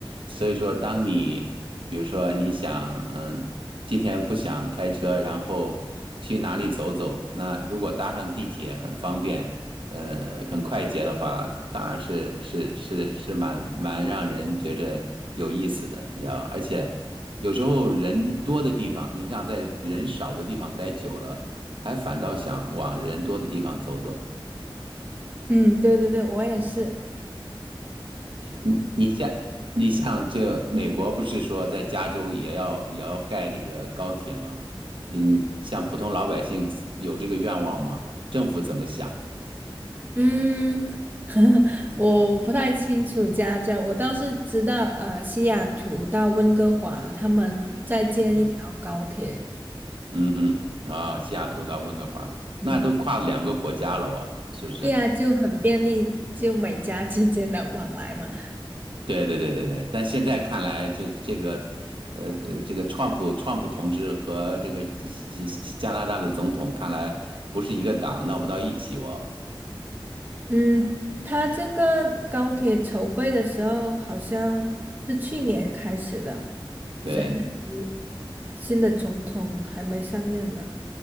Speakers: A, on the right (about 65°); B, on the right (about 20°).
A: 所以说，当你比如说你想，嗯，今天不想开车，然后去哪里走走，那如果搭上地铁很方便，呃，很快捷的话，当然是是是是蛮蛮让人觉着有意思的，你知道吧？而且有时候人多的地方，你像在人少的地方待久了，还反倒想往人多的地方走走。
B: 嗯，对对对，我也是。
A: 你你像你像这美国不是说在加州也要也要盖这个高铁吗？嗯，像普通老百姓有这个愿望吗？政府怎么想？
B: 嗯，<laughs> 我我不太清楚家政，我倒是知道，呃，西雅图到温哥华，他们在建一条高铁，
A: 嗯嗯哼啊，西雅图到温哥华，
B: 嗯，
A: 那都跨两个国家了啊，是不是？
B: 对呀，就很便利，就美加之间的往来嘛。
A: 对对对对对，但现在看来，就是这个，呃呃，这个川普川普同志和这个西西加拿大的总统，看来不是一个党，闹不到一起哦。
B: 嗯，他这个高铁筹备的时候好像是去年开始的，
A: 对
B: 所以新的总统还没上任呢。